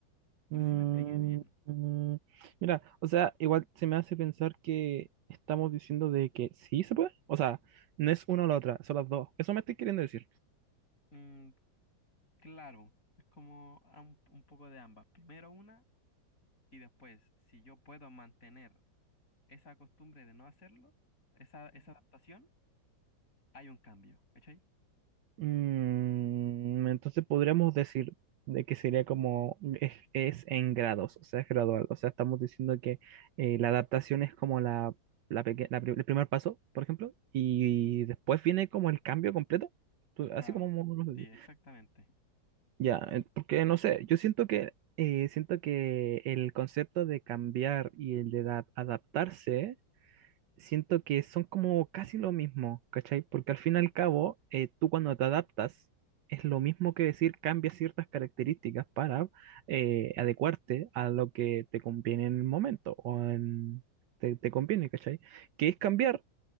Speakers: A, on the left; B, on the right.
A: No
B: Mm,
A: sé si me expliqué bien.
B: mm, mira, o sea, igual se me hace pensar que estamos diciendo de que sí se puede. O sea, no es una o la otra, son las dos. Eso me estoy queriendo decir.
A: Mm, claro, es como a un, un poco de ambas. Primero una y después, si yo puedo mantener esa costumbre de no hacerlo, esa, esa adaptación, hay un cambio, ¿cachai?
B: Mm, entonces podríamos decir de que sería como es, es en grados, o sea, es gradual. O sea, estamos diciendo que eh, la adaptación es como la, la peque- la pri- el primer paso, por ejemplo, y después viene como el cambio completo, tú-
A: Claro,
B: así como... uno lo-
A: sí, exactamente.
B: Ya, eh, porque no sé, yo siento que, eh, siento que el concepto de cambiar y el de da- adaptarse siento que son como casi lo mismo, ¿cachai? Porque al fin y al cabo, eh, tú cuando te adaptas, es lo mismo que decir cambias ciertas características para eh, adecuarte a lo que te conviene en el momento o en, te, te conviene, ¿cachai? Que es cambiar,